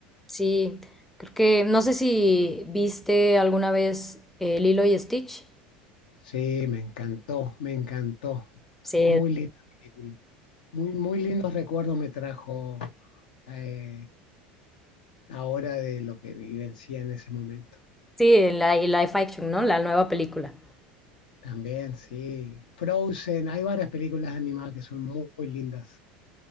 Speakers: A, in the centre; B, on the left.
A: Sí, creo que no sé si viste alguna vez eh, Lilo y Stitch.
B: Sí, me encantó, me encantó.
A: Sí.
B: Muy linda película. Muy, muy lindos recuerdos me trajo eh, ahora de lo que vivencia en ese momento.
A: Sí, la y live action, ¿no? La nueva película.
B: También, sí. Frozen, hay varias películas animadas que son muy, muy lindas.